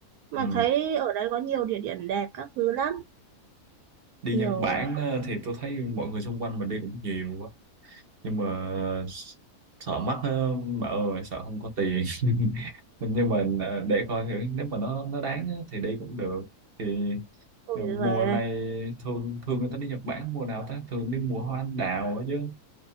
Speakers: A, on the right; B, on the right.
A: Mà
B: Ừ.
A: thấy ở đấy có nhiều địa điểm đẹp các thứ lắm,
B: Đi
A: nhiều
B: Nhật Bản ờ, thì tôi thấy mọi người xung quanh mình đi cũng nhiều quá. nhưng mà sợ mắc á, bà ơi sợ không có tiền <laughs> nhưng mà à, để coi thử nếu mà nó nó đáng á, thì đi cũng được thì
A: Ôi
B: à, mùa
A: giời
B: này thường thường người ta đi Nhật Bản mùa nào ta thường đi mùa hoa anh đào á chứ